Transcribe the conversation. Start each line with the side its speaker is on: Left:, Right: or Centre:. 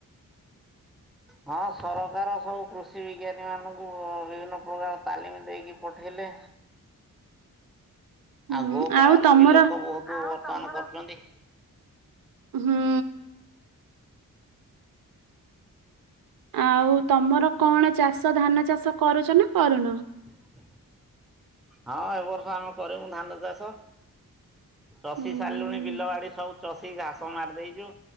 Centre: ହଁ ସରକାର ସବୁ କୃଷି ବିଜ୍ଞାନୀମାନଙ୍କୁ ବିଭିନ୍ନ ପ୍ରକାର ତାଲିମ୍ ଦେଇକି ପଠେଇଲେ।
Right: ହୁଁ
Centre: ଆଉ ଗୋପାଳନ
Right: ତମର
Centre: ବି ଲୋକ ବହୁତ ବର୍ତ୍ତମାନ କରୁଚନ୍ତି।
Right: ହୁଁ ଆଉ ତମର କଣ ଚାଷ ଧାନ ଚାଷ କରୁଚ ନା କରୁନ?
Centre: ହ ହଁ ଏବର୍ଷ ଆମେ କରିବୁ ଧାନ ଚାଷ। ଚଷି
Right: ହୁଁ।
Centre: ସାରିଲୁଣି ବିଲ ବାଡି ସବୁ ଚଷି ଘାସ ମାରି ଦେଇଛୁ,